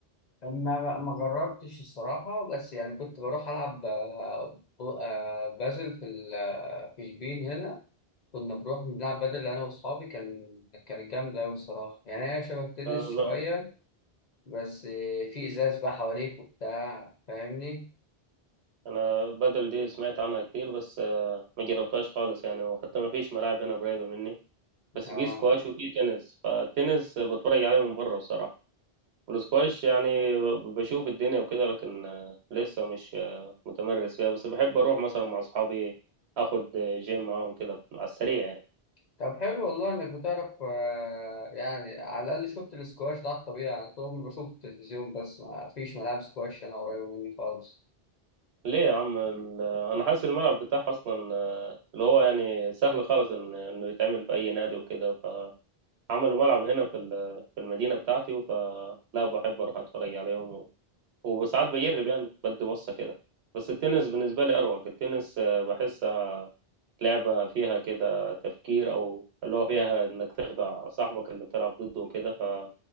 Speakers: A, on the left; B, on the right.
A: ما ما جربتش الصراحه بس يعني كنت بروح العب آه، ب- آه، بازل في ال... آه، في شبين هنا كنا بنروح بنلعب بدل انا واصحابي كان كانت جامده قوي الصراحه يعني هي شبه التنس
B: آه،
A: شويه
B: ب-
A: بس آه، في ازاز بقى حواليك وبتاع فاهمني
B: أنا بدل دي سمعت عنها كتير بس ما جربتهاش خالص يعني وحتى ما فيش ملاعب هنا قريبة مني بس
A: اه
B: في سكواش وفي تنس فالتنس بتفرج عليه من بره الصراحة والسكواش يعني ب- بشوف الدنيا وكده لكن آه، لسه مش آه، متمرس فيها بس بحب أروح مثلا مع أصحابي أخد آه، جيم معاهم كده على السريع يعني
A: طب حلو والله انك بتعرف آه، يعني على الاقل شفت السكواش ده على الطبيعي انا طول عمري بشوف التلفزيون بس ما فيش ملاعب سكواش انا قريبه مني خالص
B: ليه يا عم ال- أنا حاسس الملعب بتاعها أصلا آه، اللي هو يعني سهل خالص إن- إنه يتعمل في أي نادي وكده فعملوا ملعب هنا في ال- في المدينة بتاعتي فلا بحب أروح أتفرج عليهم وساعات بجرب يعني بدي بصة كده بس التنس بالنسبة لي أروق التنس آه، بحسها لعبة فيها كده تفكير أو اللي هو فيها إنك تخدع صاحبك اللي بتلعب ضده وكده ف-